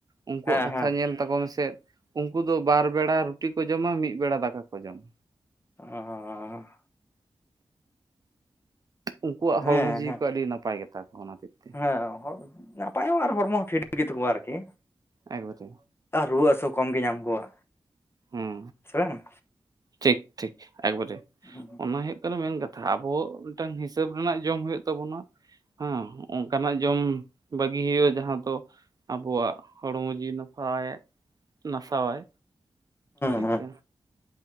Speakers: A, on the right; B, on the left.
A: ᱩᱱᱠᱩᱣᱟᱜ
B: ᱦᱮᱸ
A: ᱠᱟᱛᱷᱟ
B: ᱦᱮᱸ
A: ᱧᱮᱞ ᱛᱟᱠᱚ ᱢᱮᱥᱮᱫ ᱩᱱᱠᱩ ᱫᱚ ᱵᱟᱨ ᱵᱮᱲᱟ ᱨᱩᱴᱤ ᱠᱚ ᱡᱚᱢᱟ ᱢᱤᱫ ᱵᱮᱲᱟ ᱫᱟᱠᱟ ᱠᱚ ᱡᱚᱢᱟ᱾
B: ᱚᱸᱻ᱾
A: ᱩᱱᱠᱩᱣᱟᱜ
B: ᱦᱮᱸ
A: ᱦᱚᱲᱢᱚ ᱡᱤᱣᱤ ᱠᱚ ᱟᱹᱰᱤ ᱱᱟᱯᱟᱭ ᱜᱮ ᱛᱟᱠᱚᱣᱟ ᱚᱱᱟ ᱦᱚᱛᱮᱡ ᱛᱮ᱾
B: <unintelligible> ᱯᱟᱭ ᱦᱚᱸ ᱟᱨ ᱦᱚᱲᱢᱚ ᱯᱷᱤᱴ ᱜᱮᱛᱟ ᱠᱚᱣᱟ ᱟᱨᱠᱤ
A: ᱮᱠᱵᱟᱨᱮ
B: ᱟᱨ ᱨᱩᱣᱟᱹ ᱦᱟᱹᱥᱩ ᱠᱚᱢ ᱜᱮ ᱧᱟᱢ ᱠᱚᱣᱟ᱾
A: ᱦᱮᱸ
B: ᱥᱮ ᱵᱟᱝᱟ?
A: ᱴᱷᱤᱠ ᱴᱷᱤᱠ ᱮᱠᱵᱟᱨᱮ᱾
B: ᱦᱩᱸ
A: ᱚᱱᱟ ᱦᱩᱭᱩᱜ ᱠᱟᱱᱟ ᱢᱮᱹᱱ ᱠᱟᱛᱷᱟ ᱟᱵᱚ ᱢᱤᱫᱴᱟᱝ ᱦᱤᱥᱟᱹᱵ ᱨᱮᱱᱟᱜ ᱡᱚᱢ ᱦᱩᱭᱩᱜ ᱛᱟᱵᱚᱱᱟ᱾ ᱦᱚᱸ ᱚᱱᱠᱟᱱᱟᱜ ᱡᱚᱢ ᱵᱟᱹᱜᱤ ᱦᱩᱭᱩᱜᱼᱟ ᱡᱟᱦᱟᱸ ᱫᱚ ᱟᱵᱚᱣᱟᱜ ᱦᱚᱲᱢᱚ ᱡᱤᱣᱤ ᱱᱟᱯᱟᱭ ᱱᱟᱥᱟᱣᱟᱭ᱾ ᱴᱷᱤᱠ
B: ᱦᱩᱸ
A: ᱥᱮ,